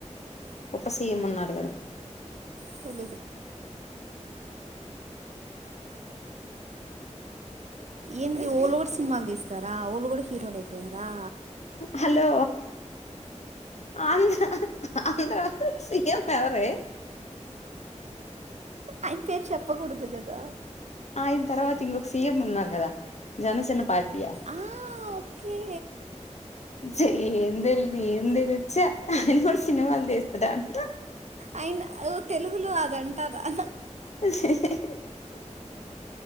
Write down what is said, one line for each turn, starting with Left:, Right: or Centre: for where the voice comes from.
Left: ఉప్ప సీఎం ఉన్నాడు కదా
Right: తె లేద ఏంటి ఒళు కూడా సినిమాలు తీస్తారా ఒళు కూడా హీరోలు అయిపోయారా
Left: హలో అంద అంద్ర సిఎం ఎవరిే
Right: అయన పేరు చెప్పకూడదు కదా
Left: ఆయన తర్వాత ఇంకొక సీఎం ఉన్నారు కదా జనచన పార్టీ
Right: ఆ ఓకే
Left: చె ఏం తెలిదు ఏం తెలిచ్చా ఆయన కూడా సినిమాలు తీస్తడా అంట
Right: ఆయన తెలుగులో అదంటారు అ
Left: <unintelligible>